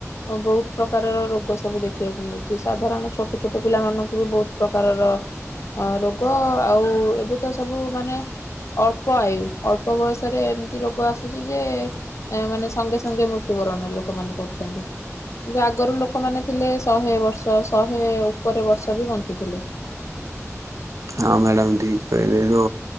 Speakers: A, on the left (about 65°); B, on the right (about 80°).
A: ବହୁତ୍ ପ୍ରକାରର ରୋଗ ସବୁ ଦେଖିବାକୁ ମିଳୁଚି ସାଧାରଣ ଛୋଟ ଛୋଟ ପିଲାମାନଙ୍କୁ ବି ବହୁତ୍ ପ୍ରକାରର ରୋଗ ଆଉ ଏବେ ତ ସବୁ ମାନେ ଅଳ୍ପ ଆୟୁ ଅଳ୍ପ ବୟସରେ ଏମିତି ରୋଗ ଆସୁଚି ଯେ ଏ ମାନେ ସଙ୍ଗେ ସଙ୍ଗେ ମୃତ୍ୟୁବରଣ ଲୋକମାନେେ କରୁଛନ୍ତି। କିନ୍ତୁ ଆଗରୁ ଲୋକମାନେ ଥିଲେ ଶହେ ବର୍ଷ ଶହେ ଉପରେ ବର୍ଷ ବି ବଞ୍ଚୁଥିଲେ।
B: ହଁ ମ୍ୟାଡ଼ାମ୍ ଠିକ୍ କହିଲେରେ।